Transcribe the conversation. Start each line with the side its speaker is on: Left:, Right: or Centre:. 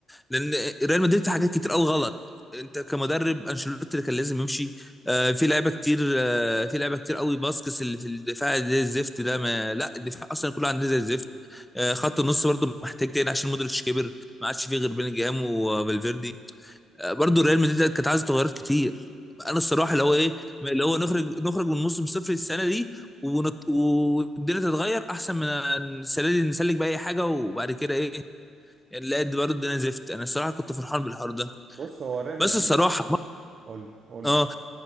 Centre: لان ريال مدريد في حاجات كتير قوي غلط انت كمدرب انشيلوتي اللي كان لازم يمشي آه، في لعيبه كتير آه، في لعيبه كتير قوي باسكس اللي في الدفاع زي الزفت ده ما لا الدفاع اصلا كله عندنا زي الزفت آه، خط النص برضه محتاج تاني عشان مودريتش كبر ما عادش فيه غير بيلينجهام وفالفيردي آه، برضه ريال مدريد كانت عايزه تغيرات كتير انا الصراحه اللي هو ايه اللي هو نخرج نخرج من موسم صفر السنه دي ونط... والدنيا تتغير احسن من السنه دي نسلك باي حاجه وبعد كده ايه يعني لا دي برضه انا زفت انا الصراحه كنت فرحان بالحوار ده
Right: بص هو ريال
Centre: بس
Right: مدريد
Centre: الصراحه
Right: قول لي قول
Centre: اه
Right: لي